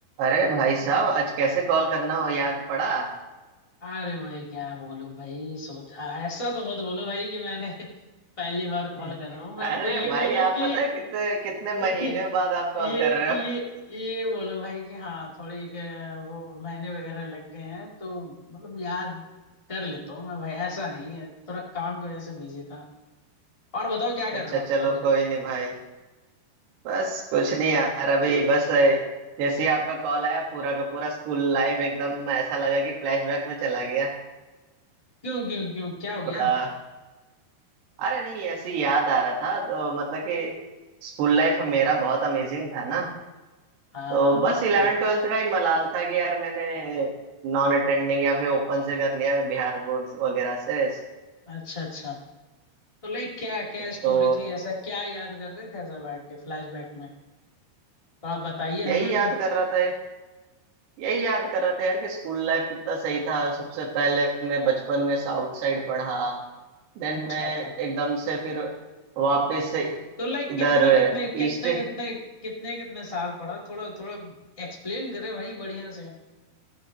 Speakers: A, on the right; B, on the left.
A: अरे भाई साहब आज कैसे कॉल करना हो याद पड़ा
B: अरे भाई क्या बोलूं भाई सोचा ऐसा तो मत बोलो भाई कि मैंने <laughs> पहली बार कॉल
A: <laughs>
B: कर रहा हूँ मैं
A: अरे
B: आपको ये
A: भाई
B: बोलो
A: आप
B: कि
A: पता है कितने कितने
B: <laughs>
A: महीने बाद आप कॉल
B: ये
A: कर रहे
B: ये
A: हो
B: ये बोलो भाई कि हाँ थोड़ी अ, वो महीने वगैरह लग गए हैं तो मतलब याद कर लेता हूँ मैं भाई ऐसा नहीं है थोड़ा काम की वजह से बिजी था और बताओ क्या कर
A: अच्छा
B: रहे हो
A: चलो
B: अभी
A: कोई नहीं भाई बस कुछ नहीं यार अभी बस अ, जैसे ही आपका कॉल आया पूरा का पूरा स्कूल लाइफ एकदम ऐसा लगा कि फ्लैशबैक में चला गया
B: क्यों क्यों क्यों क्या हो गया
A: थोड़ा अरे नहीं ऐसे ही याद आ रहा था तो मतलब कि स्कूल लाइफ मेरा बहुत अमेजिंग था ना
B: हाँ
A: तो
B: हाँ
A: बस
B: भाई
A: इलेवन ट्वेल्थ का ही मलाल था कि यार मैंने नॉन अटेंडिंग या फिर ओपन से कर लिया बिहार बोर्ड वगैरह से अ,
B: अच्छा अच्छा तो लाइक क्या क्या स्टोरी
A: तो
B: थी ऐसा क्या याद कर रहे थे ऐसा बैठ के फ्लैशबैक में तो आप बताइए हमें
A: यही याद
B: भी
A: कर रहा था यही याद कर रहा था यार कि स्कूल लाइफ कितना सही था सबसे पहले मैं बचपन में साउथ साइड पढ़ा देन
B: अच्छा
A: मैं
B: अच्छा
A: एकदम से फिर वापस से
B: तो लाइक
A: इधर
B: कितने कितने कितने
A: ईस्ट
B: कितने कितने कितने साल पढ़ा थोड़ा थोड़ा एक्सप्लेन करे भाई बढ़िया से